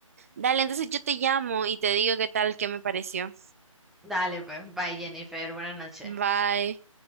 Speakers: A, on the right; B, in the centre.
A: Dale, entonces yo te llamo y te digo qué tal, qué me pareció.
B: Dale, pues, bye Jennifer, buenas noches.
A: Bye.